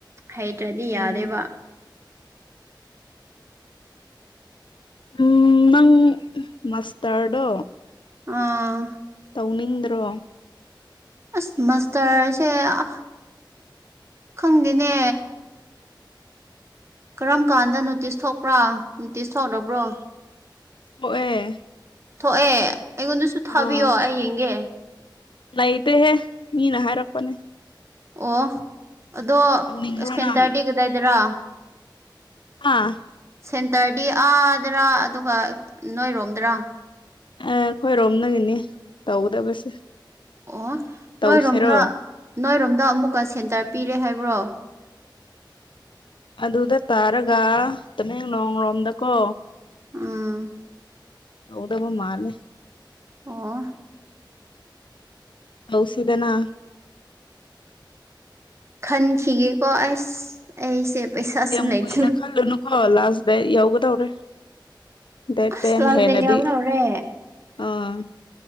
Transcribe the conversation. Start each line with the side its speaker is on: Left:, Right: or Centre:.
Right: ꯍꯩꯇ꯭ꯔꯗꯤ ꯌꯥꯗꯦꯕ
Left: ꯎꯝ ꯎꯝ ꯅꯪ ꯃꯥꯁꯇꯔꯗꯣ
Right: ꯑꯥ
Left: ꯇꯧꯅꯤꯡꯗ꯭ꯔꯣ
Right: ꯑꯁ ꯃꯥꯁꯇꯔꯁꯦ ꯑꯥ ꯈꯪꯗꯦꯅꯦ ꯀꯔꯝ ꯀꯥꯟꯗ ꯅꯣꯇꯤꯁ ꯊꯣꯛꯄ꯭ꯔꯥ ꯅꯣꯇꯤꯁ ꯊꯣꯛꯂꯕ꯭ꯔꯣ
Left: ꯊꯣꯛꯑꯦ
Right: ꯊꯣꯛꯑꯦ ꯑꯩꯉꯣꯟꯗꯁꯨ ꯊꯥꯕꯤꯌꯣ
Left: ꯑꯥ
Right: ꯑꯩ ꯌꯦꯡꯒꯦ
Left: ꯂꯩꯇꯦꯍꯦ ꯃꯤꯅ ꯍꯥꯏꯔꯛꯄꯅꯦ
Right: ꯑꯣ ꯑꯗꯣ
Left: ꯇꯧꯅꯤꯡꯕ꯭ꯔꯣ
Right: ꯁꯦꯟꯇꯔꯗꯤ
Left: ꯅꯪ
Right: ꯀꯗꯥꯏꯗꯔꯥ
Left: ꯑꯥ
Right: ꯁꯦꯟꯇꯔꯗꯤ ꯑꯥꯗꯔꯥ ꯑꯗꯨꯒ ꯅꯣꯏꯔꯣꯝꯗꯔꯥ
Left: ꯑꯦ ꯑꯩꯈꯣꯏꯔꯣꯝꯗꯒꯤꯅꯤ ꯇꯧꯒꯗꯕꯁꯦ
Right: ꯑꯣ
Left: ꯇꯧꯁꯤꯔꯣ
Right: ꯅꯣꯏꯔꯣꯝꯗ ꯅꯣꯏꯔꯣꯝꯗ ꯑꯃꯨꯛꯀ ꯁꯦꯟꯇꯔ ꯄꯤꯔꯦ ꯍꯥꯏꯕ꯭ꯔꯣ
Left: ꯑꯗꯨꯗ ꯇꯥꯔꯒ ꯇꯃꯦꯡꯂꯣꯡꯔꯣꯝꯗꯀꯣ
Right: ꯎꯝ
Left: ꯍꯧꯒꯗꯕ ꯃꯥꯜꯂꯦ
Right: ꯑꯣ
Left: ꯇꯧꯁꯤꯗꯅꯥ
Right: ꯈꯟꯈꯤꯒꯦꯀꯣ ꯑꯩꯁ ꯑꯩꯁꯦ ꯄꯩꯁꯥꯁꯨ
Left: ꯑꯁ ꯌꯥꯝ
Right: ꯂꯩꯇꯦ
Left: ꯀꯨꯏꯅ ꯈꯜꯂꯨꯅꯨꯀꯣ ꯂꯥꯁ ꯗꯦꯠ ꯌꯧꯒꯗꯧꯔꯦ ꯗꯦꯠ
Right: ꯑꯁ
Left: ꯇꯦꯟ
Right: ꯂꯥꯁ
Left: ꯍꯦꯜꯂꯗꯤ
Right: ꯗꯦꯠ ꯌꯥꯎꯗꯧꯔꯦ
Left: ꯑꯥ